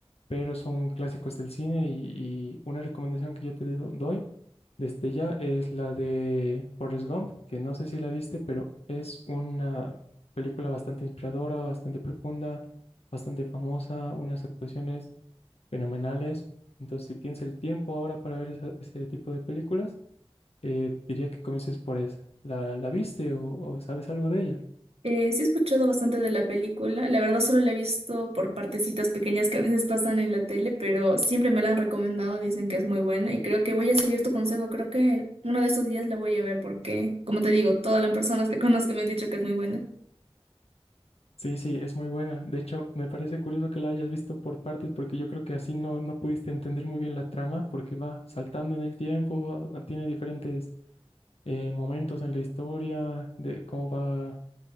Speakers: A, on the left; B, on the right.
A: pero son clásicos del cine y, y una recomendación que yo te do- doy desde ya es la de Forrest Gump, que no sé si la viste, pero es una película bastante inspiradora, bastante profunda, bastante famosa, unas actuaciones fenomenales. Entonces, si tienes el tiempo ahora para ver esa- ese tipo de películas, eh, diría que comiences por esa. ¿La, la viste o o sabes algo de ella?
B: Eh, sí he escuchado bastante de la película, la verdad solo la he visto por partecitas pequeñas que a veces pasan en la tele, pero siempre me la han recomendado, dicen que es muy buena y creo que voy a seguir tu consejo, creo que uno de estos días la voy a ver porque, como te digo, todas las personas que <laughs> conozco me han dicho que es muy buena.
A: Sí, sí, es muy buena. De hecho, me parece curioso que la hayas visto por partes, porque yo creo que así no, no pudiste entender muy bien la trama, porque va saltando en el tiempo, va- va- tiene diferentes eh, momentos en la historia, de cómo va